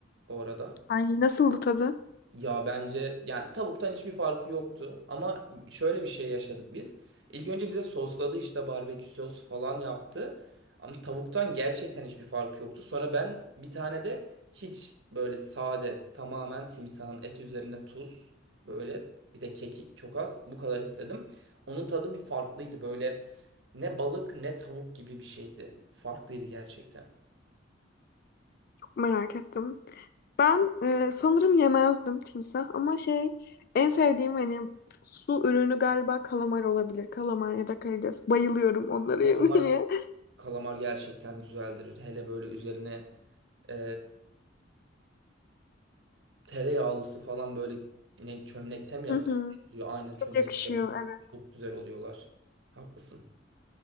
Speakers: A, on the right (about 65°); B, on the left (about 50°).
A: bu arada.
B: Ay nasıldı tadı?
A: Ya bence yani tavuktan hiçbir farkı yoktu ama şöyle bir şey yaşadık biz. İlk önce bize sosladı işte barbekü sosu falan yaptı. Ama tavuktan gerçekten hiçbir farkı yoktu. Sonra ben bir tane de hiç böyle sade tamamen timsahın eti üzerine tuz böyle bir de kekik çok az bu kadar istedim. Onun tadı bir farklıydı böyle ne balık ne tavuk gibi bir şeydi. Farklıydı gerçekten.
B: Çok merak ettim. Ben e, sanırım yemezdim timsah ama şey en sevdiğim hani su ürünü galiba kalamar olabilir. Kalamar ya da karides. Bayılıyorum onları
A: Kalamar
B: <laughs> yemeye.
A: Kalamar gerçekten güzeldir. Hele böyle üzerine e, tereyağlısı falan böyle ne çömlekte mi yapılıyor?
B: Hı hı.
A: Aynen çömlekte
B: Çok yakışıyor
A: yapılıyor.
B: evet.
A: Çok güzel oluyorlar. Haklısın.